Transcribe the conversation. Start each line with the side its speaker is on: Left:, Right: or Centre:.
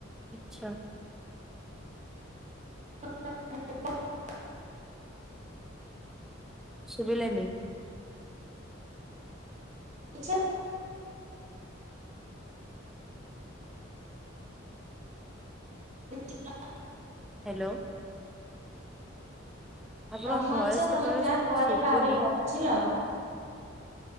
Centre: ଆଚ୍ଛା।
Right: <inaudible>
Centre: ଶୁଭିଲାନି।
Right: ଇଚ୍ଛା <inaudible>
Centre: ହ୍ୟାଲୋ। ଆପଣଙ୍କ
Right: ତମ
Centre: ଭଏସ
Right: ଇଚ୍ଛା ତମେ
Centre: କେତେବେଳେ
Right: ଯାହା
Centre: କିଛି
Right: କରିପାରିବ
Centre: ଶୁଭୁନି
Right: ବୁଝିଲ।